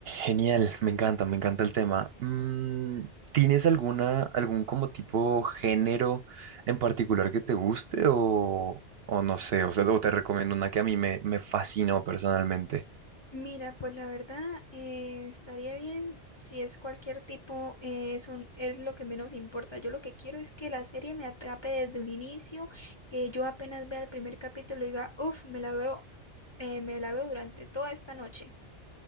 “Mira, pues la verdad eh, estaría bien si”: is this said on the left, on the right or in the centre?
Left